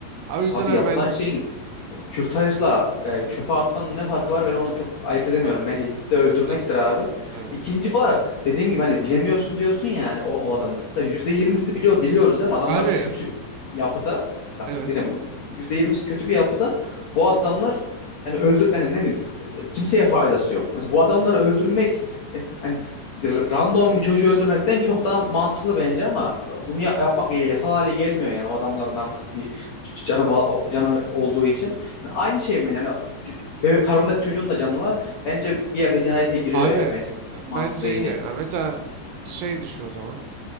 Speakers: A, on the right; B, on the left.
A: Abi o yüzden
B: Abi
A: abi
B: yapılan
A: ben...
B: şeyin E, Kürtajla e, çöpe atmanın ne farkı var ben onu çok ayırt edemiyorum.
A: Ah,
B: Bence ikisi de öldürmektir
A: ah,
B: abi.
A: abi.
B: İkinci olarak dediğim gibi hani bilemiyorsun diyorsun ya hani o, o adamın. Da yüzde yirmisini biliyor, biliyoruz değil mi? Adamlar
A: Abi
B: kötü yapıda. Bak
A: evet.
B: yine bu %20'si kötü bir yapıda. Bu adamlar yani öldür yani ne diyeyim e, kimseye faydası yok. Mesela bu adamları öldürmek e, hani bir random bir çocuğu öldürmekten çok daha mantıklı bence ama e, bunu ya- yapmak ya- yasal hale gelmiyor yani o adamların artık bir c- canı va- canı olduğu için. Aynı şey mi? Yani ç- bebek karnındaki çocuğun da canı var. Bence bir yerde cinayete giriyor
A: Abi
B: ya. Bence
A: bence
B: mantıklı değil
A: yine.
B: yani.
A: yani mesela şey düşün o zaman.